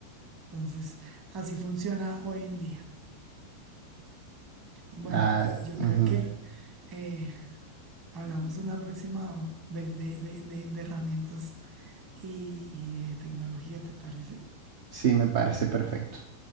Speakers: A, on the right; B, on the right.
A: Entonces, así funciona hoy en día. Bueno,
B: Ah,
A: yo
B: ujú.
A: creo que eh, hablamos una próxima o- vez de, de- de- de herramientas y, y de tecnología, ¿te parece?
B: Sí, me parece perfecto.